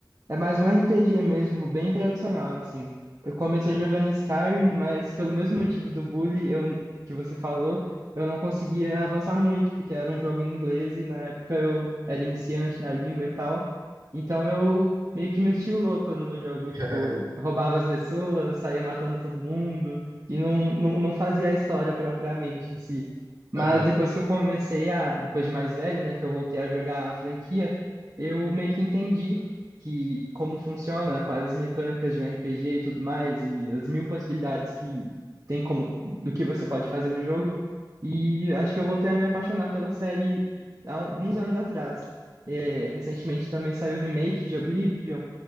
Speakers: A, on the right; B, on the right.
A: É mais um RPG mesmo, bem tradicional, assim. Eu comecei
B: É.
A: jogando Skyrim, mas pelo mesmo motivo do bully eu, que você falou, eu não conseguia avançar muito, porque era um jogo em inglês e na época eu era iniciante na língua e tal. Então eu meio que meti o louco no jogo,
B: <laughs>
A: tipo, eu roubava as pessoas, saía matando todo mundo e não, não, não fazia a história propriamente em si. Mas
B: Aham,
A: depois que eu comecei a, depois de mais velho, né, que eu voltei a jogar a franquia, eu meio que entendi que como funciona, quais as mecânicas de um RPG e tudo mais, e as mil possibilidades que tem como do que você pode fazer no jogo. E acho que eu voltei a me apaixonar pela série há alguns anos atrás. É, recentemente também saiu o remake de Oblivion,